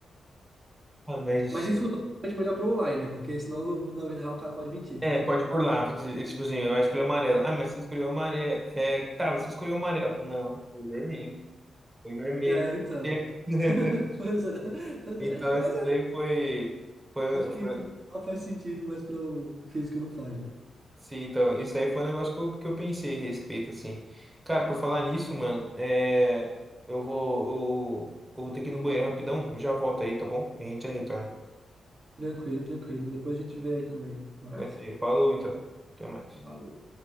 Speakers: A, on the right (about 20°); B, on the right (about 45°).
A: Ah, mas...
B: Mas isso é bastante melhor pro online, né? Porque senão no- na vida real o cara pode mentir.
A: É, pode burlar, tipo assim, eu acho que ele é amarelo. Ah, mas você escolheu amarelo. É, tá, você escolheu amarelo. Não, foi vermelho. Foi vermelho.
B: É, então.
A: <laughs>
B: <laughs> Pois é. Pois
A: Então,
B: é.
A: esse
B: Mas
A: daí foi, foi,
B: Acho que
A: foi.
B: pro digital faz sentido, mas para o físico não faz, né?
A: Sim, então, isso aí foi um negócio que eu, que eu pensei a respeito, assim. Cara, por falar nisso, mano, é, eu vou, eu, eu vou ter que ir no banheiro rapidão, já volto aí, tá bom? A gente já retorna.
B: Tranquilo, tranquilo. Depois a gente vê aí também. Mas,
A: Aguenta aí, falou então. Até mais.
B: valor.